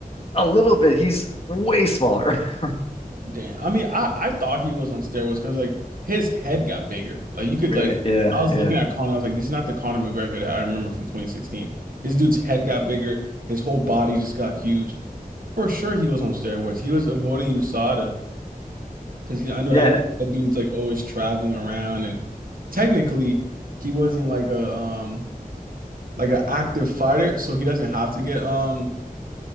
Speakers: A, on the left; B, on the right.
A: A little bit. He's way smaller. <laughs>
B: damn. I mean, I I thought he was on steroids because like his head got bigger. Like you could
A: Right.
B: like
A: Yeah.
B: I was
A: Yeah.
B: looking at Conor, I was like, this is not the Conor McGregor that I remember from 2016. This dude's head got bigger, his whole body just got huge. For sure, he was on steroids. He was avoiding USADA because I know
A: Yeah.
B: I know that dude's like always traveling around and technically he wasn't like a um. like an active fighter, so he doesn't have to get um